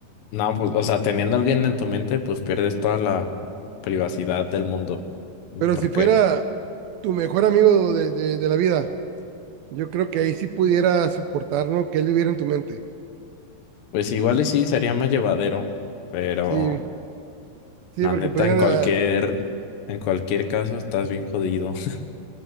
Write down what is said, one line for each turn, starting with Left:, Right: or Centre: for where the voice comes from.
Left: No, pues, o sea, teniendo a alguien en tu mente, pues pierdes toda la privacidad del mundo.
Right: Pero
Left: ¿Por
Right: si fuera
Left: qué?
Right: tu mejor amigo de, de, de la vida, yo creo que ahí sí pudiera soportar, ¿no? Que él viviera en tu mente.
Left: Pues igual y sí, sería más llevadero, pero
Right: Sí, sí,
Left: la
Right: porque
Left: neta,
Right: pudieran,
Left: en cualquier,
Right: ah,
Left: en cualquier caso, estás bien jodido. <laughs>